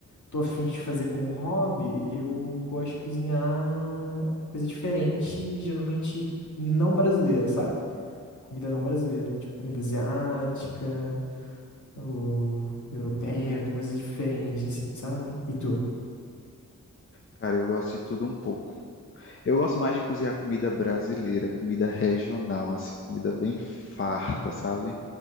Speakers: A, on the left; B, on the left.
A: tô afim de fazer como hobby, eu gosto de cozinhar coisa diferente, geralmente não brasileira, sabe? Comida não brasileira, tipo comida asiática ou europeia, alguma coisa diferente, assim, sabe? E tu?
B: Cara, eu gosto de tudo um pouco. Eu gosto mais de cozinhar comida brasileira, comida regional, assim, comida bem farta, sabe?